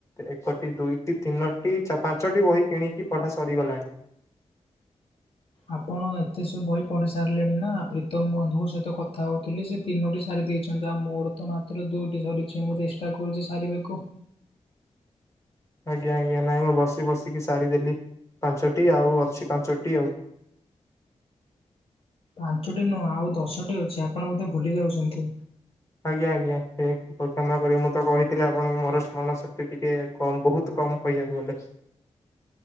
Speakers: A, on the left (about 25°); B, on the left (about 50°).
A: ଏକଟି ଦୁଇଟି ତିନୋଟି ପାଞ୍ଚଟି ବହି କିଣିକି ପଢା ସରିଗଲାଣି।
B: ଆପଣ ଏତେ ସବୁ ବହି ପଢି ସାରିଲେଣି ନା ପ୍ରୀତମ୍ ବନ୍ଧୁଙ୍କ ସହିତ କଥା ହଉଥିଲି ସେ ତିନୋଟି ସାରି ଆଉ ମୋର ତ ମାତ୍ର ଦୁଇଟି ସରିଛି ମୁଁ ଚେଷ୍ଟା କରୁଚି ସାରିବାକୁ।
A: ଆଜ୍ଞା ଆଜ୍ଞା ନାଇଁ ମୁଁ ବସି ବସିକି ସାରିଦେଲି। ପାଞ୍ଚଟି ଆଉ ଅଛି ପାଞ୍ଚଟି ଆଉ।
B: ପାଞ୍ଚଟି ନୁହଁ ଆଉ ଦଶଟି ଅଛି ଆପଣ ବୋଧେ ଭୁଲି ଯାଉଚନ୍ତି।
A: ଆଜ୍ଞା ଆଜ୍ଞା କ୍ଷମା କରିବେ ମୁଁ ତ କହିଥିଲି ଆପଣଙ୍କୁ ମୋର ସ୍ମରଣ ଶକ୍ତି ଟିକେ କମ୍ ବହୁତ କମ୍ ପଇସା କୁହାନ୍ତା କି?